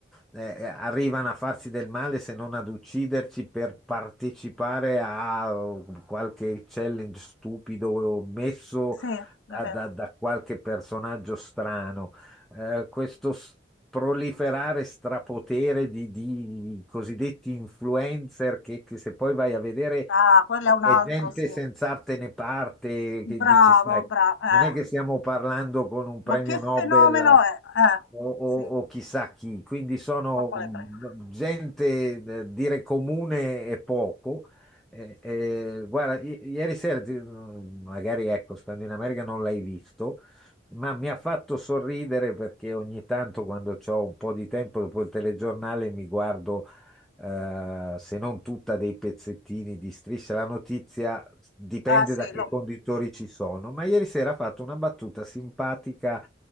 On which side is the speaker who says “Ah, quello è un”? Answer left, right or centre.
Left